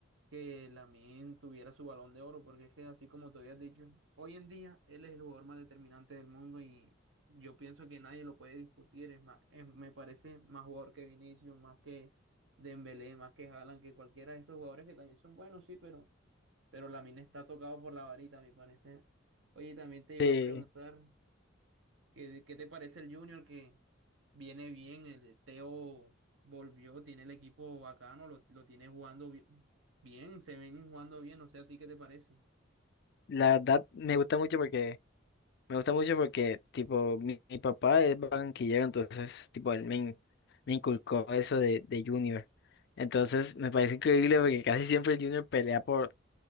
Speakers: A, on the right; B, on the left.
A: que Lamine tuviera su balón de oro, porque es que así como te habías dicho, hoy en día él es el jugador más determinante del mundo y yo pienso que nadie lo puede discutir, es más, es- me parece más jugador que Vinicius, más que Dembélé, más que Haaland, que cualquiera de esos jugadores que también son buenos, sí, pero, pero Lamine está tocado por la varita, a mi parecer. Oye, también te iba
B: Sí,
A: a preguntar. ¿Qué, qué te parece el Junior que viene bien? El Teo volvió, tiene el equipo bacano, lo, lo tiene jugando bi- bien, se ven jugando bien, no sé a ti qué te parece.
B: la verdad me gusta mucho porque Me gusta mucho porque, tipo, mi, mi papá es barranquillero, entonces, tipo, él me, in- me inculcó eso de, de Junior. Entonces, me parece increíble porque casi siempre el Junior pelea por